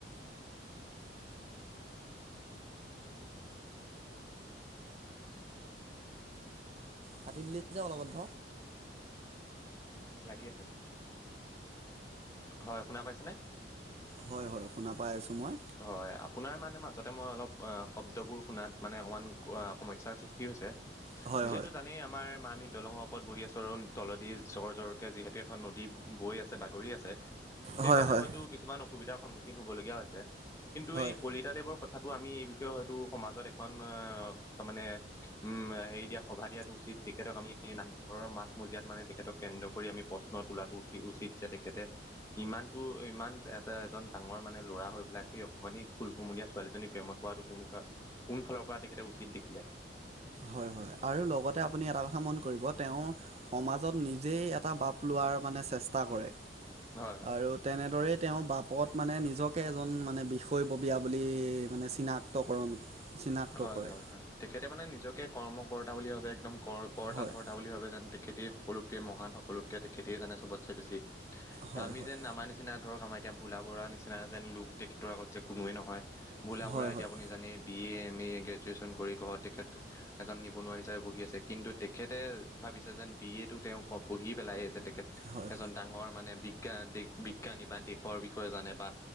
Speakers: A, on the right; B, on the left.
A: কাটি দিলে যে অলগধ।
B: লাগি আছে। হয় শুনা পাইছেনে?
A: হয় হয় শুনা পাই আছোঁ মই।
B: হয়, আপোনাৰ মানে মাজতে মই অলপ শব্দবোৰ শুনাত মানে অকমান সমস্যাৰ সৃষ্টি! কি হৈছে,
A: হয়
B: যিহেতু
A: হয় হয়
B: জানেই আমাৰ মা আমি দলঙৰ ওপৰত বহি আছো আৰু তেলদি জ্বৰ জ্বৰকে যিহেতু! গোটেইখন নদী বৈ আছে বাগৰি আছে সেইকাৰণে
A: হয়
B: হয়তো কিছুমান! অসুবিধাৰ সন্মুখীন হবলগীয়া হৈছে। কিন্তু
A: হয়
B: এই কলি! পীতাদেৱৰ কথাটো আমি এই বিষয়ে হয়তো সমাজত এখন তাৰমানে উম হেৰি দিয়া! সভা দিয়াটো উচিত তেখেতক আমি এই নাম! ঘৰৰ মাজ মজিয়াত মানে তেখেতক কেন্দ্ৰ কৰি আমি প্ৰশ্ন তোলাটো উঠি উচিত যে তেখেতে! ইমানতো ইমান এটা এজন ডাঙৰ মানে লৰা হৈ পেলাই! সেই অকমানি ফুল কুমলীয়া ছোৱালীজনীৰ প্ৰেমত পৱাটো কোনো কোন ফালৰ পৰা তেখেতে উচিত দেখিলে?
A: হয় হয়! আৰু লগতে আপুনি এটা কথা মন কৰিব তেওঁ, সমাজত নিজেই এটা বাপ লোৱাৰ মানে চেষ্টা কৰে,
B: হয় হয়
A: আৰু তেনেদৰেই তেওঁ বাপত মানে নিজকে এজন মানে বিষয়ববীয়া বুলি মানে চিনাক্তকৰণ! চিনাক্ত
B: হয়,
A: কৰে
B: হয় হয়। তেখেতে মানে নিজকে কৰ্ম-কৰ্তা বুলি ভাৱে। একদম কৰ কৰ্তা-ধৰ্তা
A: হয়
B: বুলি ভাৱে যেন তে খেতেই সকলোতকে মহান, সকলোতকে তেখেতেই জানে চবতচে বেছি।
A: হয়
B: আমি
A: হয়
B: যেন আমাৰ নিচি চিনা ধৰক আমাৰ এতিয়া ভোলা বৰুৱা নিচিনা যেন লোক তেখেতৰ আগত যে কোনোৱেই নহয়। ভোলা বৰুৱা
A: হয়
B: এতিয়া
A: হয়
B: আপুনি জানেই B A, M A graduation কৰি ঘৰত তেখেত এজন নিবনুৱা হিচাপে বহি আছে কিন্তু তেখেতে ভাৱিছে যেন বি এ টো তেওঁ ক পঢ়ি পেলাই যেন তেখেত
A: হয় হয়
B: এজন ডাঙৰ মানে, বিজ্ঞান দে বিজ্ঞানী বা দেশৰ বিষয়ে জানে বা